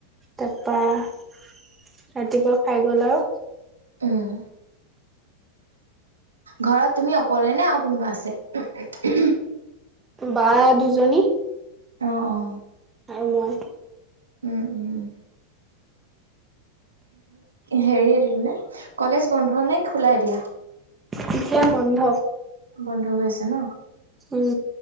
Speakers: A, on the right; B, on the right.
A: তাপা ৰাতিপুৱা খাই গল আও
B: উম। ঘৰত তুমি অকলেনে আৰু কোনোবা আছে?
A: বা দুজনী
B: অ অ
A: আৰু মই।
B: উম উম হেৰি কলেজ বন্ধ নে খোলাই দিয়া
A: শতিয়া বন্ধ
B: বন্ধ হৈ আছে ন
A: উম